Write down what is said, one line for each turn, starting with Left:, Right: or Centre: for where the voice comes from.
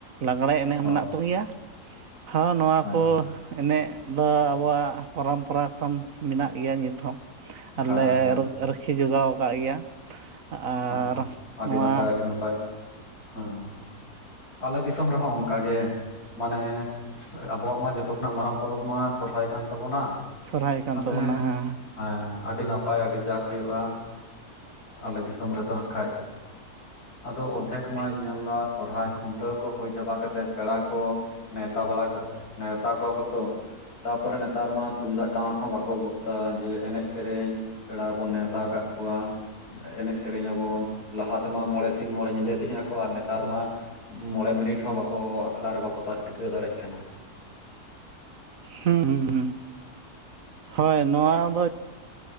Right: ᱞᱟᱜᱽᱲᱮ ᱮᱱᱮᱡ
Left: ᱦᱳᱭ
Right: ᱢᱮᱱᱟᱜ ᱛᱟᱵ ᱜᱮᱭᱟ᱾ ᱦᱚᱸ ᱱᱚᱣᱟ
Left: ᱦᱮᱸ
Right: ᱠᱚ ᱮᱱᱮᱡ ᱫᱚ ᱟᱵᱚᱣᱟᱜ ᱯᱚᱨᱚᱢᱯᱚᱨᱟ ᱠᱷᱚᱱ ᱢᱮᱱᱟᱜ ᱜᱮᱭᱟ ᱱᱤᱛ᱾ ᱦᱚᱸ ᱟᱨᱞᱮ
Left: ᱦᱮᱸ ᱦᱮᱸ
Right: ᱨᱩᱠ ᱨᱟᱹᱠᱷᱤᱭᱟᱹ ᱡᱚᱜᱟᱣ ᱠᱟᱜ ᱜᱮᱭᱟ᱾ ᱟᱨ
Left: ᱦᱮᱸ ᱟᱹᱰᱤ
Right: ᱱᱚᱣᱟ
Left: ᱱᱟᱯᱟᱭ ᱟᱹᱰᱤ ᱱᱟᱯᱟᱭ ᱦᱮᱸ, ᱟᱞᱮ ᱫᱤᱥᱚᱢ ᱨᱮᱦᱚᱸ ᱚᱱᱠᱟᱜᱮ ᱢᱟᱱᱮ ᱟᱵᱚᱣᱟᱜ ᱢᱟ ᱡᱷᱚᱛᱚ ᱠᱷᱚᱱᱟᱜ ᱢᱟᱨᱟᱝ ᱯᱚᱨᱚᱵᱽ ᱢᱟ ᱥᱚᱨᱦᱟᱭ ᱠᱟᱱ ᱛᱟᱵᱚᱱᱟ᱾
Right: ᱥᱚᱨᱦᱟᱭ ᱠᱟᱱ
Left: ᱚᱱᱟᱛᱮ
Right: ᱛᱟᱵᱚᱱᱟ ᱦᱮᱸ᱾
Left: ᱦᱮᱸ ᱟᱹᱰᱤ ᱱᱟᱯᱟᱭ, ᱟᱹᱰᱤ ᱡᱟᱠ ᱦᱩᱭᱩᱜ-ᱟ ᱟᱞᱮ ᱫᱤᱥᱚᱢ ᱨᱮᱫᱚ ᱱᱟᱠᱷᱟᱡ ᱟᱫᱚ ᱚᱫᱷᱮᱠ ᱤᱧ
Right: ᱦᱮᱸ
Left: ᱢᱟᱧ ᱧᱮᱞᱫᱟ ᱥᱚᱨᱦᱟᱭ ᱠᱷᱩᱱᱴᱟᱹᱣ ᱠᱚ ᱦᱩᱭ ᱪᱟᱵᱟ ᱠᱟᱛᱮᱫ ᱯᱮᱲᱟ ᱠᱚ ᱱᱮᱣᱛᱟ ᱵᱟᱲᱟ ᱠᱟ ᱱᱮᱣᱛᱟ ᱠᱚᱣᱟ ᱠᱚ ᱛᱚ ᱛᱟᱯᱚᱨᱮ ᱱᱮᱛᱟᱨ ᱢᱟ ᱛᱩᱢᱫᱟᱜ ᱴᱟᱢᱟᱠ ᱦᱚᱸ ᱵᱟᱠᱚ ᱜᱚᱜ ᱮᱫᱟ ᱡᱮ ᱮᱱᱮᱡ ᱥᱮ ᱥᱮᱨᱮᱧ ᱯᱮᱲᱟ ᱵᱚᱱ ᱱᱮᱣᱛᱟ ᱠᱟᱜ ᱠᱚᱣᱟ ᱮᱱᱮᱡ ᱥᱮ ᱥᱮᱨᱮᱧ ᱟᱵᱚᱱ ᱞᱟᱦᱟ ᱛᱮᱢᱟ ᱢᱚᱬᱮ ᱥᱤᱧ ᱢᱚᱬᱮ ᱧᱤᱫᱟᱹ ᱮᱱᱮᱡ ᱟᱠᱚ ᱟᱨ ᱱᱮᱛᱟᱨ ᱢᱟ ᱢᱚᱬᱮ ᱢᱤᱱᱤᱴ ᱦᱚᱸ ᱵᱟᱠᱚ ᱟᱠᱷᱲᱟ ᱨᱮ ᱵᱟᱠᱚ ᱛᱟᱦᱮᱸ ᱴᱤᱠᱟᱹᱣ ᱫᱟᱲᱮᱭᱟᱜ ᱠᱟᱱᱟ᱾
Right: ᱦᱩᱸ ᱦᱩᱸ ᱦᱳᱭ ᱱᱚᱣᱟ ᱫᱚ